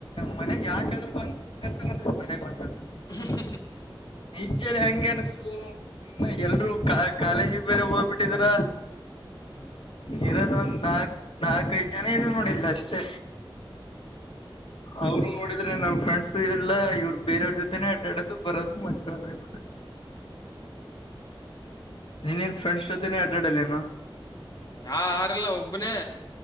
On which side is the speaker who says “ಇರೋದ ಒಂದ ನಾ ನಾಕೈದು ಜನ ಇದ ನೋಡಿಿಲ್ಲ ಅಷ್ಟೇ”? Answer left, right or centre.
Left